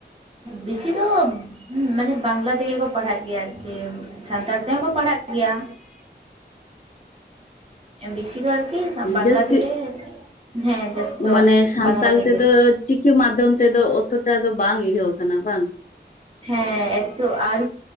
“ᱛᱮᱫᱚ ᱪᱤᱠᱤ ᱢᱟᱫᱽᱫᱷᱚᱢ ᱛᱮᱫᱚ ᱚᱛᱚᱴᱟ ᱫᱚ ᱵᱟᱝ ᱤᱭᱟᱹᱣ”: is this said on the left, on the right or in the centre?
Left